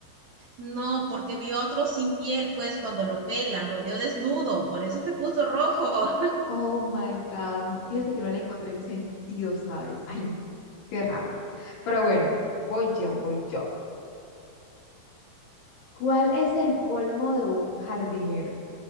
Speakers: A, on the right; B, on the left.
A: No, porque vio a otro sin piel, pues cuando lo pelan, lo vio desnudo, por eso se puso rojo. <laughs>
B: Oh my God. no, Fíjate que no le encontré el sentido, ¿sabes? Ay, no, qué rabia. Pero bueno, voy yo, voy yo. ¿Cuál es el colmo de un jardinero?